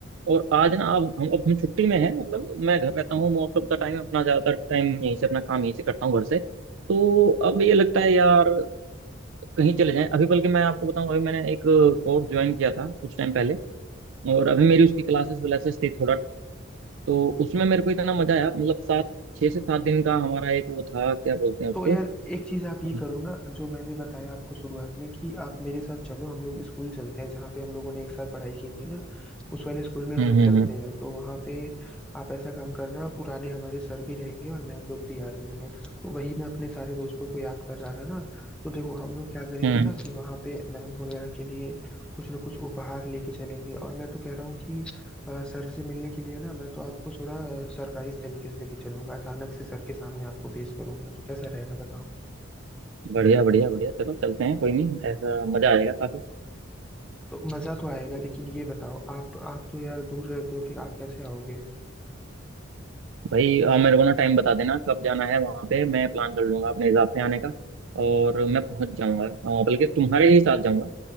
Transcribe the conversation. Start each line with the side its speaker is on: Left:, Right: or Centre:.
Right: और आज ना अब हम अब हम छुट्टी में हैं मतलब मैं घर रहता हूँ मोस्ट ऑफ द टाइम अपना ज्यादातर टाइम यहीं से अपना काम यहीं से करता हूँ घर से तो अब ये लगता है यार कहीं चले जाएं अभी बल्कि मैं आपको बताऊं अभी मैंने एक कोर्स ज्वाइन किया था कुछ टाइम पहले और अभी मेरी उसकी क्लासेस व्लासेस थी थोड़ा तो उसमें मेरे को इतना मजा आया मतलब सात छः से सात दिन का हमारा एक वो था क्या बोलते हैं उसको
Centre: तो यार एक चीज
Right: हम्म
Centre: आप ये करो ना जो मैंने बताया आपको शुरुआत में कि आप मेरे साथ चलो हम लोग स्कूल चलते हैं जहाँ पे हम लोगों ने एक साथ पढ़ाई की थी ना उस वाले स्कूल में हम
Right: हम्म
Centre: लोग
Right: हम्म
Centre: चलते हैं तो वहाँ पे आप ऐसा काम करना पुराने हमारे सर भी रहेंगे और मैम लोग भी आ रही हैं तो वही मैं अपने सारे दोस्तों को याद कर रहा था ना तो देखो हम लोग क्या करेंगे
Right: हम्म,
Centre: ना कि वहाँ पे मैम वगैरह के लिए कुछ ना कुछ उपहार लेके चलेंगे और मैं तो कह रहा हूँ कि अ, सर से मिलने के लिए ना मैं तो आपको थोड़ा सरप्राइज तरीके से लेके चलूंगा अचानक से सर के सामने आपको पेश करूंगा तो कैसा रहेगा बताओ
Right: बढ़िया बढ़िया बढ़िया चलो चलते हैं कोई नहीं ऐसा मजा आएगा काफी
Centre: तो मजा तो आएगा लेकिन ये बताओ आप आप तो यार दूर रहते हो फिर आप कैसे आओगे
Right: भाई आ, मेरे को ना टाइम बता देना कब जाना है वहाँ पे मैं प्लान कर लूंगा अपने हिसाब से आने का और मैं पहुंच जाऊंगा आ, बल्कि तुम्हारे ही साथ जाऊंगा